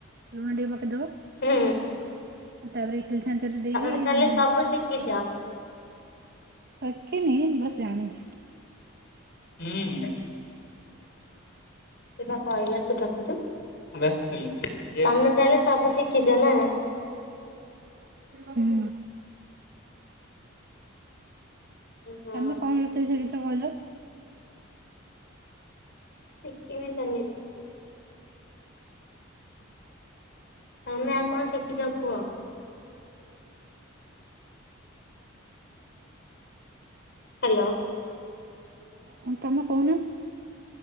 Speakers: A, on the right (about 50°); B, on the left (about 55°).
A: ଲୁଣ ଟିକେ ଦବ <unintelligible>
B: ହୁଁ।
A: ତାପରେ ଇଟିଲ ଛାଞ୍ଚରେ ଦେଇକି।
B: ତମେ ତାହେଲେ ସବୁ ଶିଖିଛ?
A: ଶଖିନି ବାସ ଜାଣିଛି।
B: ହୁଁ <unintelligible> ପା କହିଲା ତୁ ଡାକୁଛୁ ମୁଁ ଡାକିଥିଲି ତମେ ତା। ସବୁ ଶିଖିଛ ନା।
A: ହୁଁ।
B: ଓହୋ।
A: ତମେ କଣ ରୋଷେଇ ଶିଖିଚ କହିଲ?
B: ସିକିନି ସେମିତି। ତମେ ଆଉ କଣ ଶିଖିଛ କୁହ? ହ୍ୟାଲୋ।
A: ତ ତମେ ସହୁନା।